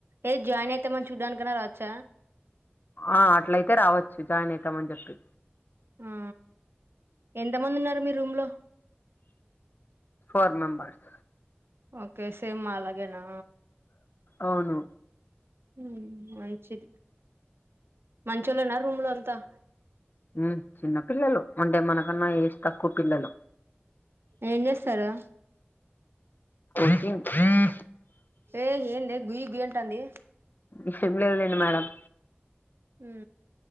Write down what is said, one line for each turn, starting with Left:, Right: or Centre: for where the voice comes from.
Right: ఏది జాయిన్ అయితే మరి చూడ్డానికన్నా రా చ్చ
Left: ఆ అట్లైతే రావచ్చు జాయిన్ అయితామని చెప్పి
Right: ఊ ఎంత మంది ఉన్నారు మీ రూం లో
Left: ఫోర్ మెంబర్స్
Right: ఓకే సేమ్ మాలాగే నా
Left: అవును
Right: ఊ మంచిది మంచోళ్ళేనా రూం లో త
Left: ఊ చిన్న పిల్లలు అంటే మనకన్నా ఏజ్ తక్కువ పిల్లలు
Right: ఏం చేస్తారు
Left: <unintelligible>
Right: ఏ ఎందే గుయ గుంట అంది
Left: ఈ సేమ్ లేద్లేండి మేడమ్
Right: హ